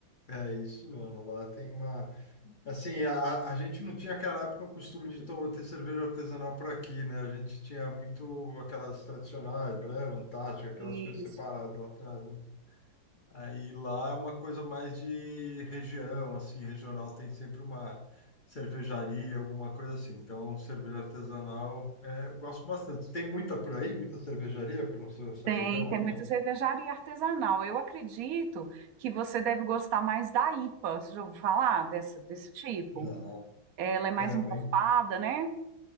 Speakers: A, on the left (about 50°); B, on the right (about 60°).
A: é isso mesmo. Lá tem uma Assim, a, a gente não tinha aquela época o costume de to- ter cerveja artesanal por aqui, né? A gente tinha muito aquelas tradicionais, Brahma, Antártica, aquelas
B: Isso.
A: coisas separadas lá atrás, né? Aí lá é uma coisa mais de região, assim, regional, tem sempre uma cervejaria, alguma coisa assim. Então, cerveja artesanal, é, eu gosto bastante. Tem muita por aí, muita cervejaria pela sua, sua
B: Tem,
A: região
B: tem
A: aí,
B: muita
A: não?
B: cervejaria artesanal. Eu acredito que você deve gostar mais da IPA. Você já ouviu falar dessa, desse tipo?
A: Já,
B: Ela é mais
A: é,
B: encorpada,
A: mãe.
B: né?